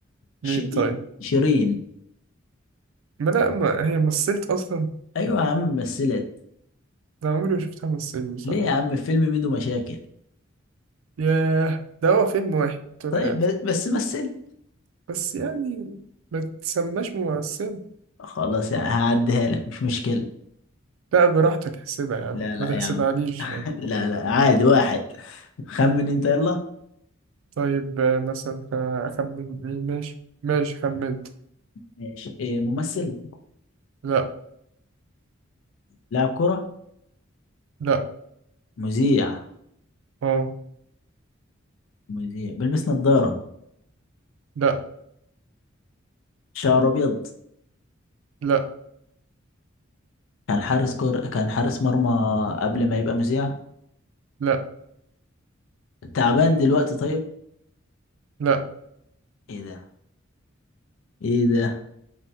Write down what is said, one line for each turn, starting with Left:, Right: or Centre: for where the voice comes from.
Left: شيرين
Right: مين طيب
Left: شيرين
Right: ما لا ما هي مثلت اصلا
Left: أيوة يا عم مثلت
Right: ده عمري ما شفتها مثلت بصراحه
Left: ليه يا عم في فيلم ميدو مشاكل
Right: ياه ده هو فيلم واحد طول
Left: طيب
Right: حياتي
Left: ب- بس مثل
Right: بس يعني ما تسماش ممثل
Left: خلاص يا- هعديها لك مش مشكلة
Right: لا براحتك احسبها يعني
Left: لا لا
Right: ما تحسبهاليش
Left: يا عم <laughs>
Right: يعني
Left: لا لا عادي واحد خمن أنت يلا
Right: طيب آه، مثلا آه، اخمن مين ماشي ماشي خمنت
Left: ماشي إيه ممثل
Right: لا
Left: لاعب كرة
Right: لا
Left: مذيع
Right: اه
Left: مذيع بيلبس نظارة
Right: لا
Left: شعر أبيض
Right: لا
Left: كان حارس كر... كان حارس مرمى قبل ما يبقى مذيع
Right: لا
Left: تعبان دلوقتي طيب
Right: لا
Left: ايه ده ايه ده